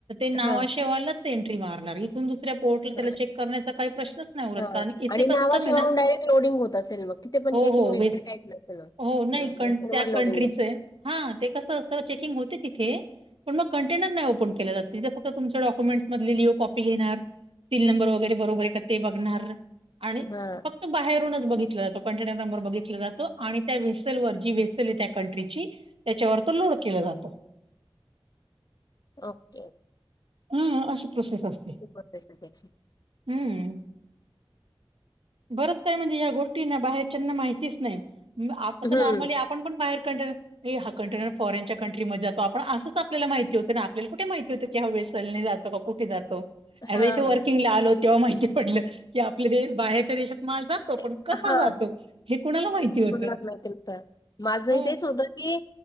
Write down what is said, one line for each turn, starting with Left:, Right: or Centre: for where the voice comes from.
Right: नावाशिवालच
Left: हां,
Right: एन्ट्री मारणार इथून दुसरं दुसऱ्या पोर्ट त्याला
Left: हां,
Right: चेक करण्याचा काही प्रश्नच नाही उरत
Left: हां
Right: कारण इथे
Left: आणि
Right: कस्टम
Left: नावाशेवाहून
Right: आहे ना.
Left: डायरेक्ट लोडिंग होत असेल मग तिथे पण
Right: हो
Left: चेकिंग
Right: हो
Left: वगैरे
Right: भेस
Left: काहीच नसेल मग?
Right: हो नाही
Left: हां,
Right: क
Left: वेहिकलवर
Right: त्या
Left: लोडिंग
Right: कंट्रीच
Left: आहे.
Right: हा ते कसं असत चेकिंग होते. तिथे पण मग कंटेनर नाही ओपन केलं जात. तिथं फक्त तुम डॉक्युमेंट्स मधली लिओ कॉप घेणार सील नंबर वगैरे बरोबर ते बघणारं आणि
Left: हां.
Right: फक्त बाहेरूनच
Left: हां,
Right: बघितलं जातो. कंटेनर नंबर बघितला जातो आणि त्या व्हेसलवरची व्हेसल हे त्या कंट्रीची त्याच्यावर तो लोड केला जातो.
Left: ओके.
Right: हम्म, अशी प्रोसेस असते.
Left: प्रोसेस आहे त्याची.
Right: <inaudible> हम्म. बरंच काय म्हणजे, या गोष्टींना बाहेरच्यांना माहितीच नाही. आता
Left: हं.
Right: तर नॉर्मली आपण पण बाहेर-कडं हा कंटेनर फॉरनच्यां कंट्रीमध्ये जातो, आपण असंच आपल्याला
Left: हां.
Right: माहिती होतं ना, आपल्याला कुठे माहिती होतं कि ह्या चलने जातो, का कुठे जातो. <unintelligible>
Left: हां.
Right: इथे वर्किंगला आलो, तेव्हा माहिती पडलं, की आपले <unintelligible> बाहेरच्या देशात माल जातो, पण
Left: हा.
Right: कसा जातो हे कुणाला
Left: <inaudible>
Right: माहिती होतं
Left: तर. माझं
Right: हो.
Left: ही तेच होतं की.